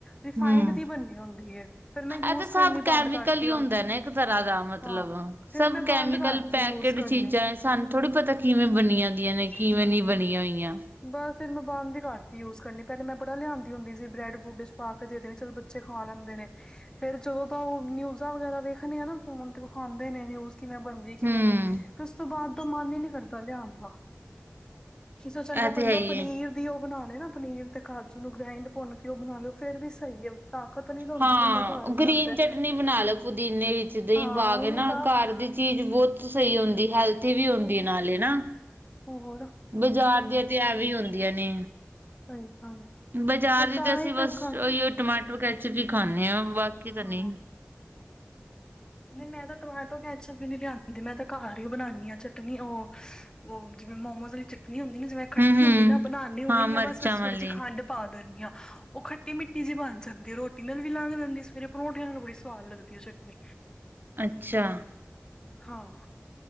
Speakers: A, on the left; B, on the right.
A: ਰਿਫਾਈਡ
B: ਹੂੰ
A: ਦੀ ਬਣੀ ਹੁੰਦੀ ਹੈ। ਫਿਰ ਮੈਂ ਯੂਜ
B: ਇਹ ਤਾਂ ਸਭ
A: ਕਰਨੀ
B: ਕੈਮੀਕਲ
A: ਬੰਦ ਕਰਤੀ
B: ਹੀ
A: ਹੁਣ
B: ਹੁੰਦਾ ਨਾ ਇੱਕ ਤਰ੍ਹਾਂ ਦਾ ਮਤਲਬ
A: ਹਾਂ। ਫਿਰ
B: ਸਭ
A: ਮੈਂ
B: ਕੈਮੀਕਲ
A: ਬੰਦ ਕਰਤੀ
B: ਪੈਕੇਡ
A: ਯੂਜ ਕਰਨੀ
B: ਚੀਜ਼ਾਂ ਸਾਨੂੰ ਥੋੜ੍ਹੀ ਪਤਾ ਕਿਵੇਂ ਬਣਦੀਆਂ ਨੇ ਕਿਵੇਂ
A: ਹੂੰ
B: ਨਹੀਂ ਬਣੀਆਂ ਹੋਈਆਂ।
A: ਬਸ ਫਿਰ ਮੈਂ ਬੰਦ ਹੀ ਕਰਤੀ ਯੂਜ ਕਰਨੀ ਪਹਿਲੇ ਮੈਂ ਬੜਾ ਲਿਆਂਉਦੀ ਹੁੰਦੀ ਸੀ ਬ੍ਰੈਡ ਬਰੁੱਡ 'ਚ ਪਾ ਕੇ ਦੇ ਦੇਣੀ ਚਲ। ਬੱਚੇ ਖਾਂ ਲੈਂਦੇ ਨੇ। ਫੇਰ ਜਦੋਂ ਤੋਂ ਉਹ ਨਿਊਜ਼ਾਂ ਵਗੈਰਾ ਵੇਖਦੇ ਆ ਨਾ ਫੋਨ ਤੇ ਵਿਖਾਂਦੇ ਨੇ ਨਿਊਜ਼ ਕਿਵੇਂ ਬਣਦੀ। ਕਿਵੇਂ
B: ਹੂੰ
A: ਨਹੀਂ ਫਿਰ ਉਸ ਤੋਂ ਬਾਅਦ ਦਾ ਮਨ ਹੀ ਨੀ ਕਰਦਾ ਲਿਆਉਣ ਦਾ। ਜੋ ਚੰਗਾ
B: ਇਹ ਤੇ
A: ਬੰਦਾ
B: ਹੈ ਹੀ
A: ਪਨੀਰ।
B: ਏ
A: ਦੀ ਉਹ ਬਣਾ ਲਏ ਨਾ ਪਨੀਰ ਤੇ ਕਾਜੂ ਨੂੰ ਗ੍ਰੈਂਡ ਭੁੰਨ ਕੇ ਉਹ ਬਣਾ ਲਓ ਫੇਰ ਵੀ ਸਹੀ ਹੈ। ਤਾਕਤ ਨੀ ਤਾਂ ਹੁੰਦੀ
B: ਹਾਂ
A: ਬੰਦਾ ਘਰ
B: ਉਹ
A: ਬਣਾਉਂਦਾ
B: ਗਰੀਨ ਚਟਨੀ ਬਣਾ ਲਓ ਪੁਦੀਨੇ ਵਿੱਚ ਦਹੀਂ
A: ਹਾਂ
B: ਪਾ
A: ਉਹਨੇ
B: ਕੇ ਨਾ
A: ਤਾਂ
B: ਘਰ ਦੀ। ਚੀਜ਼ ਬਹੁਤ ਸਹੀ ਹੁੰਦੀ ਹੈਲਥੀ ਵੀ ਹੁੰਦੀ
A: ਹਮ,
B: ਹੈ ਨਾਲੇ ਨਾ।
A: ਹੋਰ।
B: ਬਜ਼ਾਰ ਦੀਆਂ ਤੇ ਐਵੇਂ ਹੁੰਦੀਆਂ ਨੇ।
A: ਸਹੀ ਸਾਨੂੰ
B: ਬਾਜ਼ਾਰ
A: ਬ
B: ਦੀ ਤਾਂ ਅਸੀਂ
A: ਹੀ
B: ਬਸ।
A: ਫਿਰ ਘੱਟ
B: ਟਮਾਟਰ ਕੈਚਪੀ ਹੀ ਖਾਂਦੇ ਹਾਂ ਬਾਕੀ
A: ਹਾਂ
B: ਤਾਂ ਨਹੀਂ।
A: ਨਹੀਂ ਮੈਂ ਤਾਂ ਟਮਾਟੋ ਕੈਚਪ ਵੀ ਨੀ ਲਿਆਂਦੀ ਮੈਂ ਤਾਂ ਘਰ ਹੀ ਬਣਾਉਣੀ ਆਂ ਚਟਨੀ ਉਹ। ਮੋਮੋਜ ਜਿਵੇਂ ਮੋਮੋਜ਼ ਵਾਲੀ ਚਟਨੀ ਹੁੰਦੀ ਨਾ ਜਿਵੇਂ ਖੱਟੀ
B: ਹੂੰ ਹੂੰ
A: ਹੁੰਦੀ ਨਾ ਬਣਾਉਣੀ ਹੋਵੇ
B: ਹਾਂ ਮਿਰਚਾਂ
A: ਜਾ ਬਸ ਥੋੜੀ
B: ਵਾਲੀ
A: ਜਿਹੀ ਖੰਡ। ਪਾ ਦਿੰਦੀ ਹਾਂ ਉਹ ਖੱਟੀ ਮਿੱਟੀ ਜਿਹੀ ਬਣ ਜਾਂਦੀ ਆ ਰੋਟੀ ਨਾਲ ਵੀ ਲੰਘ ਜਾਂਦੀ ਸਵੇਰੇ ਪਰੌਠੇ ਨਾਲ ਬੜੀ ਸਵਾਦ ਲੱਗਦੀ। ਲੱਗਦੀ ਉਹ ਚਟਨੀ।
B: ਅੱਛਾ।
A: ਹਾਂ